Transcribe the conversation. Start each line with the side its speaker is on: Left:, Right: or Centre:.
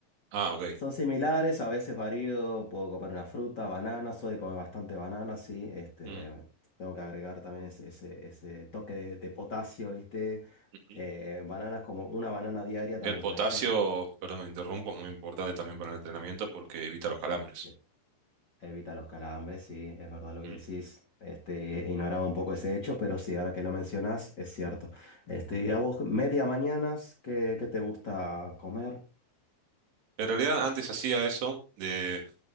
Right: Ah, ok.
Left: son similares, a veces varío, puedo comer una fruta, banana, soy de comer bastante banana, sí, este,
Right: Mm,
Left: tengo que agregar también ese, ese, ese toque de, de potasio, ¿viste?
Right: ujú.
Left: Eh, bananas como una banana diaria también
Right: El potasio,
Left: puede ser.
Right: perdón, me interrumpo, es muy importante también para el entrenamiento porque evita los calambres.
Left: Sí. Evita los calambres, sí, es verdad lo que
Right: Mm.
Left: decís. Este, ignoraba un poco ese hecho, pero sí, ahora que lo mencionas, es cierto. Este, ¿y a vos, media mañanas, qué, qué te gusta comer?
Right: En realidad antes hacía eso de